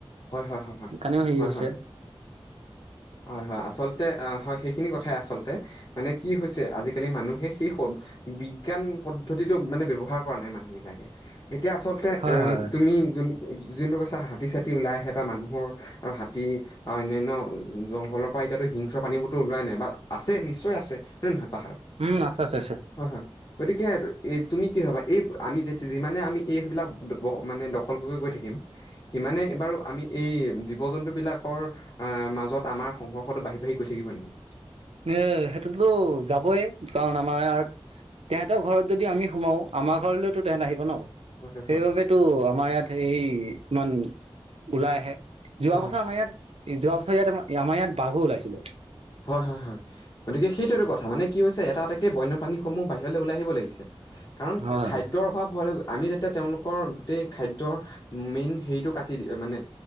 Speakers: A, on the left (about 45°); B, on the right (about 85°).
A: হয়, হয়, হয়। হয়
B: সেইকাৰণেও হেৰি
A: হয়
B: হৈছে
A: হয় হয়, হয় আচলতে অ, সেই সেইখিনি কথা আচলতে, মানে কি হৈছে আজিকালি মানুহে সেই বিজ্ঞান পদ্ধতিটো মানে ব্যৱহাৰ কৰা নাই মানুহ বিলাকে, এতিয়া আচলতে
B: হয়
A: আ,
B: হয়
A: তুমি যোন যোনটো কৈছা হাতী চাতী ওলাই আহে বা মানুহৰ, আৰু হাতী, আউ অন্যান্য জংঘলৰ পৰা এতিয়াতো হিংস্ৰ প্ৰাণীবোৰতো ওলোৱাই নাই বা আছে নিশ্চয় আছে, নে নহয়? পাহাৰত
B: উম, আছে, আছে, আছে।
A: হয় হয় গতিকে, এই, তুমি কি ভাবা এই আমি যে যিমানে আমি এইবিলাক <unintelligible> মানে দখল কৰি কৰি গৈ থাকিম সিমানে বাৰু আমি এই জীৱ জন্তু বিলাকৰ, আহ, মাজত আমাৰ সংঘৰ্ষটো বাঢ়ি বাঢ়ি গৈ থাকিব নেকি?
B: এ, সেইটোতো যাবই, কাৰণ আমাৰ ইয়াত তেহেঁতৰ ঘৰত যদি আমি সোমাও, আমাৰ ঘৰলৈতো তেহঁত আহিব ন?
A: হয় হয়
B: সেইবাবেতো
A: হয়
B: আমাৰ ইয়াত এই ইমান ওলাই আহে যোৱা
A: অ
B: বছৰ আমাৰ ইয়াত, যোৱা বছৰ ইয়াত আমাৰ ইয়াত বাঘু উলাইছিলে।
A: হয় হয় হয় গতিকে সেইটোৱেটো কথা মানে কি হৈছে এটা এটাকে বন্যপ্ৰাণীসমূহ বাহিৰলৈ ওলাই আহিব লাগিছে। কাৰণ
B: হয়
A: খাদ্যৰ অভাৱ হয় আমি যেতিয়া তেওঁলোকৰ গোটেই খাদ্যৰ মেইন হেৰিটো কাটি মানে